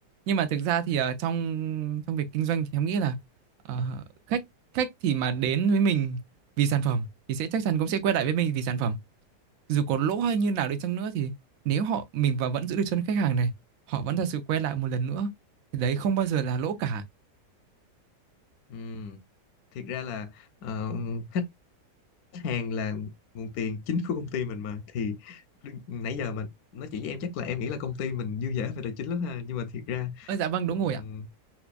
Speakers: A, on the right (about 65°); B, on the left (about 70°).
A: nhưng mà thực ra thì ờ, trong trong việc kinh doanh thì em nghĩ là ờ, khách khách thì mà đến với mình vì sản phẩm thì sẽ chắc chắn cũng sẽ quay lại với mình vì sản phẩm dù có lỗ hay như nào đi chăng nữa thì nếu họ mình và vẫn giữ được chân khách hàng này họ vẫn thật sự quay lại một lần nữa thì đấy không bao giờ là lỗ cả
B: Ừm, thiệt ra là ờ, khách hàng là nguồn tiền chính của công ty mình mà thì đừng- nãy giờ mình nói chuyện với em chắc là em nghĩ là công ty mình dư dả về tài chính lắm ha nhưng mà thiệt ra
A: Ơ dạ vâng đúng
B: ừm,
A: rồi ạ.